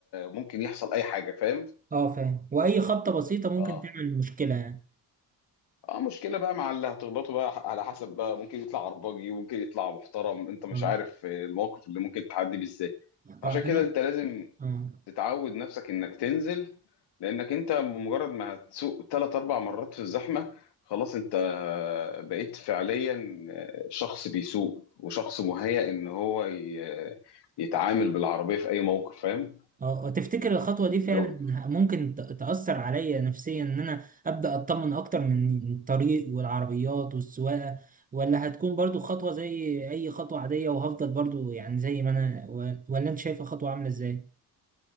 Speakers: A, on the left; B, on the right.
A: ممكن يحصل اي حاجه فاهم
B: اه فاهم واي خبطه بسيطه ممكن
A: اه
B: تعمل مشكله يعني
A: اه مشكلة بقى مع اللي هتخبطه بقى على حسب بقى ممكن يطلع عرباجي وممكن يطلع محترم انت مش
B: اه
A: عارف آه، الموقف اللي ممكن تعدي بيه ازاي عشان
B: اه
A: كده
B: انا
A: انت لازم
B: اه
A: تتعود نفسك انك تنزل لانك انت بمجرد ما هتسوق ثلاث اربع مرات في الزحمه خلاص انت بقيت فعليا شخص بيسوق وشخص مهيأ ان هو ي- يتعامل بالعربيه في اي موقف فاهم
B: اه تفتكر الخطوة
A: لو
B: دي فعلا ممكن ت- تأثر عليا نفسيا ان انا ابدأ اطمن اكتر من الطريق والعربيات والسواقة ولا هتكون برضو خطوة زي اي خطوة عادية وهفضل برضو يعني زي ما انا و- ولا انت شايفة خطوة عاملة ازاي